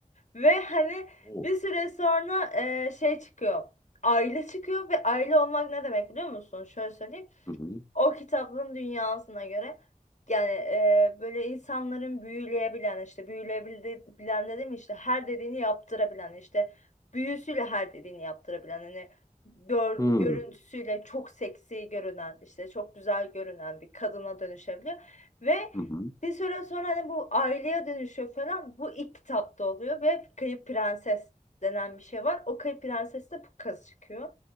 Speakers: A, on the left (about 60°); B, on the left (about 25°).
A: Ve hani
B: O.
A: bir süre sonra e, şey çıkıyor. Aile çıkıyor ve aile olmak ne demek biliyor musun? Şöyle söyleyeyim
B: Hı hı.
A: o kitabın dünyasına göre yani e, böyle insanların büyüleyebilen işte büyüleyebilen dedim işte her dediğini yaptırabilen işte büyüsüyle her dediğini yaptırabilen hani gör-
B: Hı
A: görüntüsüyle çok seksi görünen işte çok güzel görünen bir kadına dönüşebiliyor ve
B: hı. hı.
A: bir süre sonra hani bu aileye dönüşüyor falan bu ilk kitapta oluyor ve Kayıp Prenses denen bir şey var o Kayıp Prenses de bu kız çıkıyor.